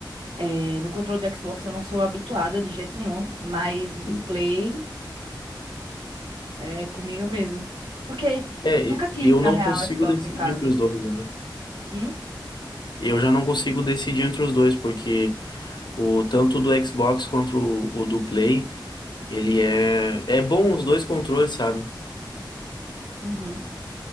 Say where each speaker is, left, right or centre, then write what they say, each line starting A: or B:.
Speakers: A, on the right; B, on the left.
A: eh, no controle do Xbox, eu não sou habituada de jeito nenhum, mas o do
B: sim.
A: Play É comigo mesmo. Porque
B: É,
A: eu nunca
B: e-
A: tive,
B: eu
A: na
B: não
A: real,
B: consigo
A: Xbox
B: decidir
A: em casa,
B: entre os
A: sabe?
B: dois, né?
A: Hum?
B: Eu já não consigo decidir entre os dois, porque o tanto do Xbox quanto o, o do Play, ele é é bom os dois controles, sabe?
A: Uhum.